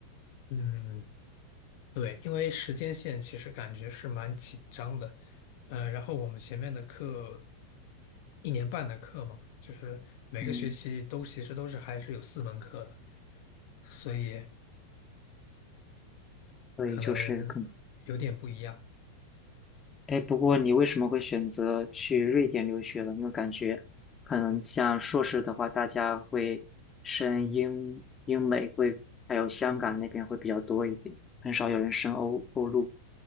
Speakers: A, on the left; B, on the left.
A: 嗯，对，因为时间线其实感觉是蛮紧张的，呃，然后我们前面的课一年半的课嘛，就是每个学期都其实都是还是有四门课的。
B: 嗯，
A: 所以
B: 所以就是更，
A: 可能有点不一样。
B: 哎，不过你为什么会选择去瑞典留学了？因为感觉可能像硕士的话，大家会升英英美会，还有香港那边会比较多一点，很少有人升欧欧陆。